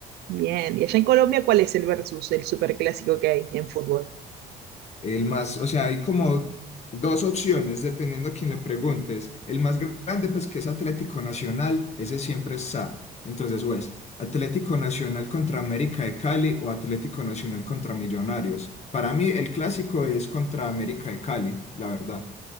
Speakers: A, on the right; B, on the left.
A: Bien, y allá en Colombia, ¿cuál es el versus, el superclásico que hay en fútbol?
B: El más, o sea, hay como dos opciones dependiendo a quién le preguntes. El más grande, pues que es Atlético Nacional, ese siempre está. Entonces, o es Atlético Nacional contra América de Cali o Atlético Nacional contra Millonarios. Para mí, el clásico es contra América de Cali, la verdad,